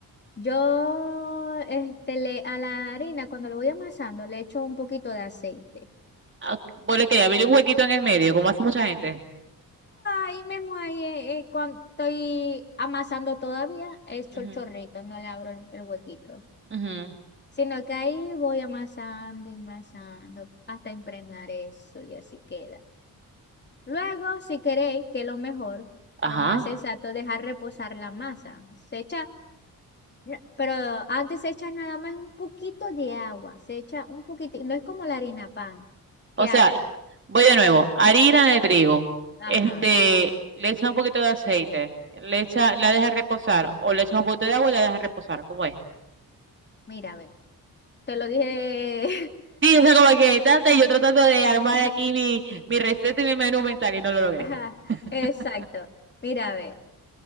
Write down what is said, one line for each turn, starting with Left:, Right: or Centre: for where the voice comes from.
Left: Yo, este, le, a la harina, cuando lo voy amasando, le echo un poquito de aceite.
Right: Ah, Bueno, que abrir un huequito en el medio, como hace mucha gente.
Left: Ahí mismo, ahí eh, eh, cuando estoy amasando todavía, he hecho
Right: Ujú,
Left: el chorrito, no le abro el, el huequito,
Right: ujú.
Left: sino que ahí voy amasando y amasando hasta impregnar eso y así queda. Luego, si queréis, que lo mejor,
Right: Ajá.
Left: lo más exacto, dejar reposar la masa. Se echa, n- pero antes se echa nada más un poquito de agua, se echa un poquitito, no es como la harina pan,
Right: O
Left: que,
Right: sea,
Left: ha-
Right: voy de nuevo. Harina de trigo.
Left: ajá,
Right: Este, le echa un poquito de aceite. Le echa, la deja reposar. O le echa un poquito de agua y la deja reposar. ¿Cómo es?
Left: mira, ve. Te lo dije.
Right: Sí, eso como que tanta y yo tratando de armar
Left: <laughs>
Right: aquí mi, mi receta y mi menú mental y no lo logré.
Left: Ajá,
Right: <laughs>
Left: Exacto. Mira, a ver,